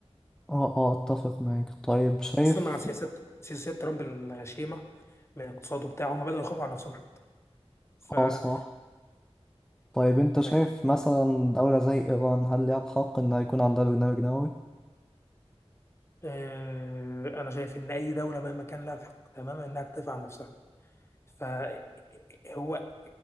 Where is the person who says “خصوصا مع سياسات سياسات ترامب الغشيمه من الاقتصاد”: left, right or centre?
Left